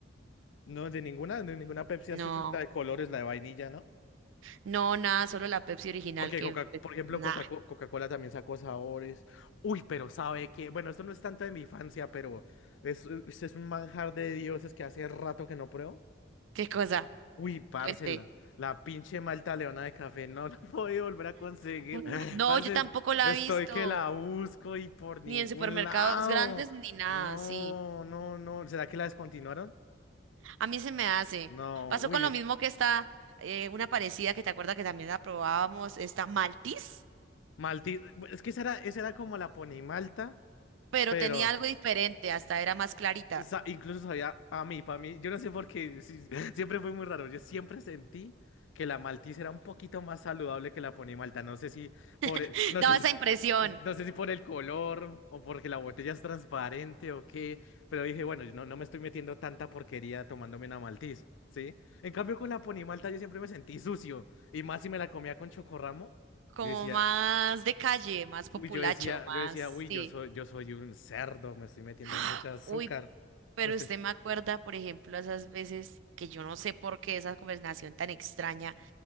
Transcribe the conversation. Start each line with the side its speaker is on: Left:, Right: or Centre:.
Left: no, de ninguna, de ninguna Pepsi
Right: No,
Left: azul, la de colores, la de vainilla, ¿no?
Right: no, nada, solo la Pepsi original
Left: Porque
Right: que,
Left: Coca,
Right: pues,
Left: por ejemplo,
Right: nada,
Left: Coca, Coca-Cola también sacó sabores. Uy, pero sabe que, bueno, esto no es tanto de mi infancia, pero es, es un manjar de dioses que hace rato que no pruebo.
Right: qué cosa,
Left: Uy, parce,
Right: cuente.
Left: la, la pinche Malta Leona de café no la <laughs> voy a volver a conseguir.
Right: <laughs>
Left: <laughs>
Right: No,
Left: Parce,
Right: yo tampoco
Left: es-
Right: la
Left: estoy
Right: he visto,
Left: que la busco y por ningún
Right: ni en supermercados
Left: lado.
Right: grandes, ni nada,
Left: No,
Right: sí.
Left: no, no. ¿Será que la descontinuaron?
Right: A mí se me hace.
Left: No,
Right: Pasó
Left: uy.
Right: con lo mismo que esta, eh, una parecida que te acuerdas que también la probábamos, esta Maltis,
Left: Malti, es que esa era, esa era como la Pony Malta,
Right: pero
Left: pero.
Right: tenía algo diferente, hasta era más clarita.
Left: O sea, incluso sabía a mí, para mí, yo no sé por qué, sí, siempre fue muy raro. Yo siempre sentí que la maltiza era un poquito más saludable que la pony malta. No sé si por, e-
Right: <laughs>
Left: no
Right: Daba
Left: sé,
Right: esa
Left: si-
Right: impresión.
Left: no sé si por el color o porque la botella es transparente o qué, pero dije, bueno, yo no, no me estoy metiendo tanta porquería tomándome una maltiz, ¿sí? En cambio, con la pony malta yo siempre me sentí sucio y más si me la comía con chocorramo,
Right: como
Left: yo decía,
Right: más de calle, más populacho,
Left: uy, yo decía,
Right: más,
Left: yo decía, uy,
Right: sí.
Left: yo soy, yo soy un cerdo, me estoy metiendo
Right: ¡Ah!
Left: mucha azúcar.
Right: Uy, pero
Left: me estoy-
Right: usted me acuerda, por ejemplo, esas veces que yo no sé por qué esa conversación tan extraña